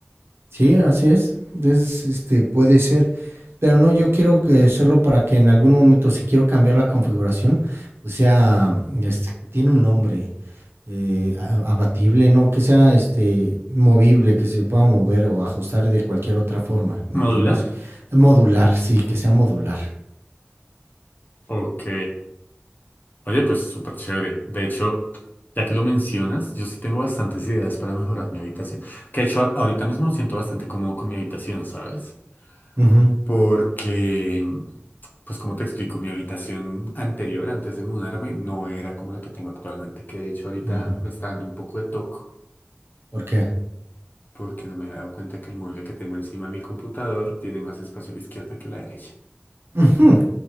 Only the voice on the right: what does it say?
Sí, así es. Es, este, puede ser. Pero no, yo quiero que hacerlo para que en algún momento, si quiero cambiar la configuración, o sea, este, tiene un nombre eh, a- abatible, ¿no? Que sea este, movible, que se pueda mover o ajustar de cualquier otra forma, ¿me
entiendes? Modular, sí, que sea modular.
Ujú,
ujú.
¿Por qué?
<laughs> Ujú,